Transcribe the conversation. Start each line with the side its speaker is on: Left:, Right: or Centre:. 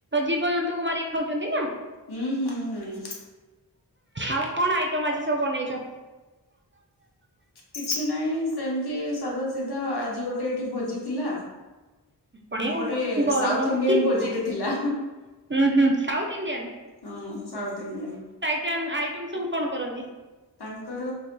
Right: ଜୀବ ଜନ୍ତୁକୁ ମାରିକି ଖାଉଛନ୍ତି ନା?
Left: ହୁଁ ହୁଁ ହୁଁ
Right: ଆଉ କଣ ଆଇଟମ ଆଜି ସବୁ ବନେଇ ଚା
Left: କିଛି ନାହିଁ ସେମତ ତି ସାଧା ସିଧା ଆଜି ଗୋଟେ ଏଇଠି ଭୋଜି ଥିଲା।
Right: ବଢିଆ
Left: ଗୋଟେ
Right: ଆଉ ଗରମରୁ
Left: ସାଉଥ ଇଣ୍ଡିଆନ
Right: ମୁକ୍ତି ହୁଁ
Left: ଭୋଜିଟେ ଥିଲା
Right: ହୁଁ ସାଉଥ ଇଣ୍ଡିଆନ୍?
Left: ହଁ ସାଉଥ ଇଣ୍ଡିଆନ୍
Right: କେନ୍ ଆଇଟମ୍ ସବୁ କଣ କରନ୍ତି?
Left: ତାଙ୍କର